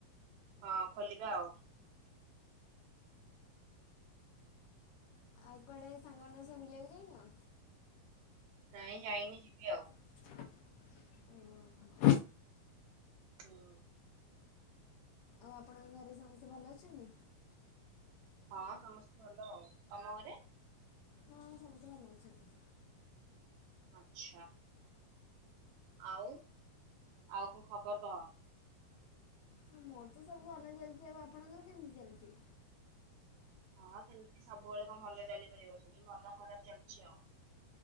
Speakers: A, on the right; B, on the left.
A: ହଁ ଖୋଲିବା ଆଉ।
B: ଆଉ କୁଆଡ଼େ ଏଇ ସାଙ୍ଗ ମାନଙ୍କ ସହ ବୁଲିବାକୁ ଯାଇନ।
A: ନାଇଁ ଯାଇନି ଯିବି ଆଉ।
B: <inaudible> ହୁଁ।
A: ହୁଁ।
B: ଆଉ ଆପଣଙ୍କ ଘରେ ସମସ୍ତେ ଭଲ ଅଛନ୍ତି।
A: ହଁ ସମସ୍ତେ ଭଲ ଆଉ ତମ ଘରେ।
B: ହଁ ସମସ୍ତେ ଭଲ ଅଛନ୍ତି।
A: ଆଛା। ଆଉ ଆଉ କଣ ଖବର କହ।
B: ହଁ ମୋର ତ ସବୁ ଭଲ ଚାଲିଚି ଆଉ ଆପଣଙ୍କର କେମିତି ଚାଲିଚି।
A: ହଁ ସେମିତି ସବୁବେଳେ କଣ ଭଲ ଚାଲିପାରିବ ସେ ଠି ଭଲ ଖରାପ ଚାଲିଛି ଆଉ।